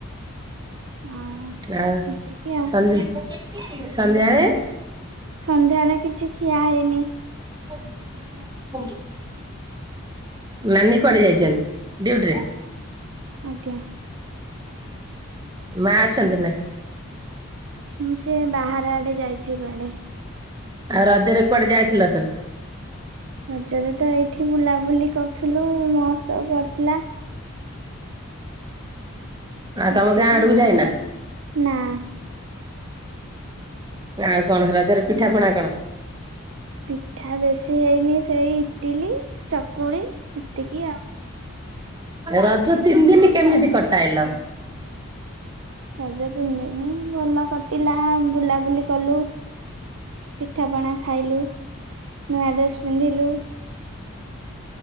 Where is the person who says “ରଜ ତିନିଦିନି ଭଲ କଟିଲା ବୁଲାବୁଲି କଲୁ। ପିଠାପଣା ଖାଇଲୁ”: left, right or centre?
Right